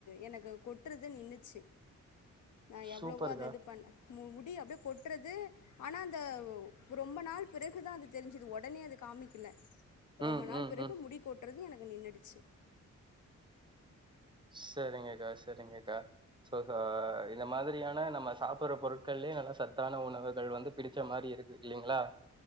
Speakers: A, on the left; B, on the right.
A: எனக்கு கொட்றது நின்னுச்சு நா
B: சூப்பர்க்கா.
A: எவ்ளோவோ அத இது பண்ணே முடி அப்டியே கொட்றது ஆனா அந்த ரொம்ப நாள் பிறகுதா அது தெரிஞ்சுது ஒடனே அது காமிக்கல ரொம்ப
B: ம்,
A: நாள்
B: ம்,
A: பிறகு
B: ம்.
A: முடி கோட்டுறது எனக்கு நின்னுடுச்சு
B: சரிங்கக்கா சரிங்கக்கா சோ இந்த மாதிரியான நம்ம சாப் ப்புற பொருட்கள்லயே நல்லா சத்தான உணவுகள் வந்து பிடிச்ச மாரிருக்கு இல்லைங்களா